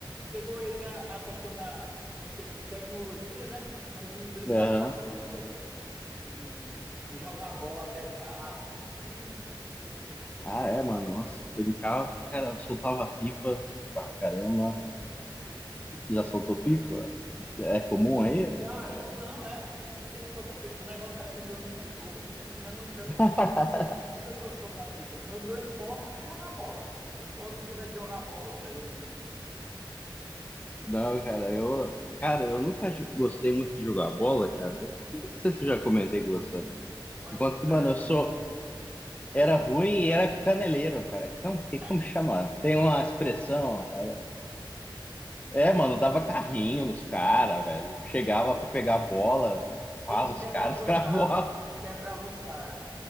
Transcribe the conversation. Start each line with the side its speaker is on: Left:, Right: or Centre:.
Right: pegou entre a, a questão da, do tempo de tecnologia, né? Mas de brincar
Left: aham.
Right: na rua, de, de, de, de jogar bola até tarde. E,
Left: Ah, é, mano. Nossa, brincava pra caramba, soltava pipa pra caramba. Já soltou pipa? É comum
Right: hum,
Left: aí?
Right: cara, não, é. Muita gente solta pipa. O negócio é isso, eu nunca soube. Não, então.
Left: <laughs>
Right: Nunca soube soltar pipa. Meu, meu esporte era jogar bola. Quando pudesse jogar bola, velho, eu ia.
Left: Não, cara, eu, cara, eu nunca ju- gostei muito de jogar bola, cara. Não sei se eu já comentei com você.
Right: Eu acho
Left: Por conta
Right: que você
Left: que, mano,
Right: era ruim.
Left: eu sou,
Right: Você
Left: era
Right: era
Left: ruim
Right: ruim.
Left: e era caneleiro, cara. Como, que,
Right: <laughs>
Left: como chama? Tem uma expressão. cara. É, mano, dava carrinho nos caras, velho. Chegava pra pegar a bola, empurrava
Right: Ixi,
Left: os
Right: quebrava
Left: caras,
Right: os
Left: <laughs> cravoava.
Right: cabas. Quebrava os caras.